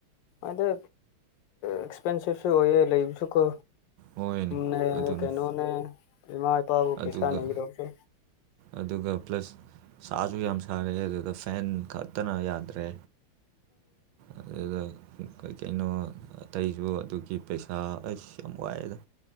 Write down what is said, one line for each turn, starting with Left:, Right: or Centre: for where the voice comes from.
Left: ꯑꯗ ꯑꯦꯛꯁꯄꯦꯟꯁꯤꯞꯁꯨ ꯑꯣꯏꯌꯦ ꯂꯩꯕꯁꯨ ꯀꯣ
Right: ꯍꯣꯏꯅꯦ
Left: ꯅꯦ
Right: ꯑꯗꯨꯅꯤ.
Left: ꯀꯩꯅꯣꯅꯦꯃ ꯄꯕ
Right: ꯑꯗꯨꯒ
Left: ꯄꯩꯁꯥ ꯅ ꯔꯧꯒꯦ
Right: ꯑꯗꯨꯒ ꯄ꯭ꯂꯁ ꯁꯥꯁꯨ ꯌꯥꯝ ꯁꯥꯔꯑꯦ ꯑꯗꯨꯗ ꯐꯦꯟ ꯈꯛꯇꯅ ꯌꯥꯗ꯭ꯔꯦ ꯑꯗꯨꯗ ꯀꯩ ꯀꯩꯅꯣ ꯑꯇꯩꯁꯨ ꯑꯗꯨꯒꯤ ꯄꯩꯁꯥ ꯑꯁ ꯌꯥꯝ ꯋꯥꯏꯑꯦꯗ